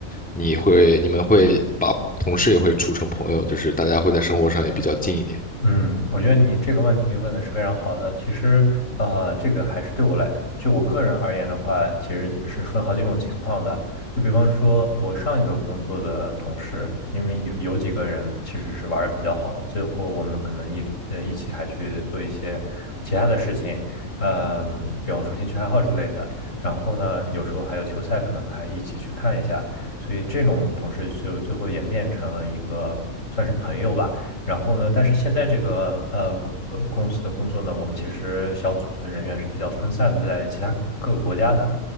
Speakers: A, in the centre; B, on the left (about 65°).
A: 你会你们会把同事也会处成朋友，就是大家会在生活上也比较近一点？
B: 嗯，我觉得你这个问题问的是非常好的。其实，呃，这个还是对我来，就我个人而言的话，其实是分好几种情况的。就比方说，我上一个工作的同事，因为有有几个人其实是玩的比较好的，最后我们可能一直呃一起还去做一些其他的事情，嗯、比方说兴趣爱好之类的。然后呢，有时候还有球赛，可能还一起去看一下。所以这种同事就最后演变成了一个算是朋友吧。然后呢，但是现在这个呃呃公司的工作呢，我们其实小组的人员是比较分散的在其他各个国家的。